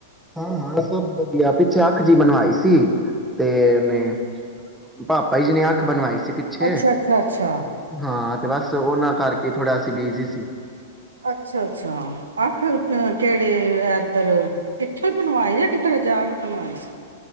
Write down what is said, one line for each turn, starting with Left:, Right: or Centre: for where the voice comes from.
Centre: ਹਾਂ ਹਾਂ ਸਭ ਵਧੀਆ ਪਿੱਛੇ ਅੱਖ ਜੀ ਬਣਵਾਈ ਸੀ ਤੇ ਉਹਨੇ ਪਾਪਾ ਜੀ ਨੇ ਅੱਖ ਬਣਵਾਈ ਸੀ। ਪਿੱਛੇ
Right: ਅੱਛਾ ਅੱਛਾ ਅੱਛਾ
Centre: ਹਾਂ ਤੇ ਬਸ ਉਹਨਾਂ ਕਰਕੇ ਥੋੜ੍ਹਾ ਅਸੀਂ ਬਿਜੀ ਸੀ।
Right: ਅੱਛਾ ਅੱਛਾ ਆਖ ਕਿਹੜੇ ਏਧਰ ਕਿੱਥੋਂ ਬਣਵਾਏ ਆ ਕਿਧਰੋ ਜਾ ਕੇ ਬਣਵਾਏ ਸੀ।